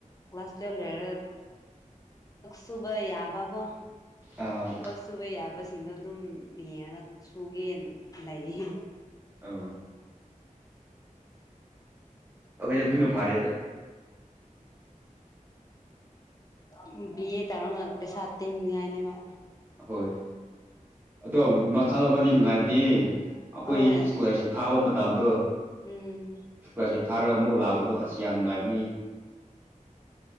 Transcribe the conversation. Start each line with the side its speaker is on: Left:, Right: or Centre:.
Left: ꯀ꯭ꯂꯥꯁ ꯇꯨꯌꯦꯜ ꯂꯩꯔꯒ ꯁꯨꯕ ꯌꯥꯕꯀꯣ
Right: ꯑꯥ
Left: ꯊꯕꯛ ꯁꯨꯕ ꯌꯥꯕꯁꯤꯡꯗꯣ ꯑꯗꯨꯝ ꯌꯦꯅ ꯁꯨꯒꯦ ꯂꯩꯏꯌꯦ
Right: ꯑ ꯈ ꯑꯗꯨꯅ ꯐꯥꯔꯦꯗ
Left: ꯑꯗꯨꯝ ꯕꯤ ꯑꯦ ꯇꯧꯔꯒ ꯄꯩꯁꯥ ꯇꯤꯡꯅꯤꯉꯥꯏꯅꯦꯕ
Right: ꯍꯣꯏ ꯑꯣ ꯃꯈꯜ ꯑꯃꯗꯤ ꯅꯨꯡꯉꯥꯏꯕꯅꯦ ꯑꯩꯈꯣꯏ
Left: ꯍꯣꯏ
Right: ꯏꯁꯀꯣꯂꯥꯔꯁꯤꯞ ꯊꯥꯕ ꯃꯇꯝꯗꯣ
Left: ꯎꯝ
Right: ꯏꯁꯀꯣꯂꯥꯔꯁꯤꯞ ꯊꯥꯔꯒ ꯑꯃꯨꯛ ꯂꯥꯛꯄꯗꯣ ꯑꯁ ꯌꯥꯝ ꯅꯨꯡꯉꯥꯏꯕꯅꯤ